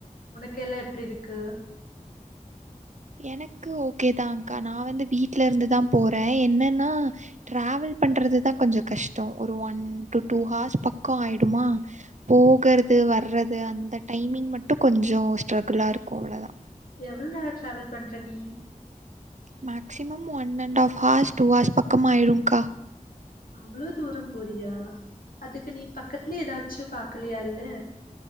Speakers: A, on the left (about 85°); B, on the right (about 60°).
A: உனக்கெல்லா எப்டி இருக்கு
B: எனக்கு ஓகேதான் அக்கா நா வந்து வீட்லருந்துதான் போறே என்னன்னா ட்ராவல் பண்றதுதா கொஞ்சொ கஷ்டொ ஒரு ஒன் டு டூ ஹார்ஸ் பக்கொ ஆயிடுமா போகறது வர்றது அந்த டைமிங் மட்டு கொஞ்சோ ஸ்ட்ரகுளாருக்கு அவ்ளோதா
A: எவள் நேர ட்ராவல் பண்ற நீ
B: maximum one and half hours two hours பக்கம் ஆயிருங்கா
A: அவளோ தூரோம் போறியா அதுக்கு நீ பக்கத்துலே ஏதாச்சு பாக்கலையா இல்ல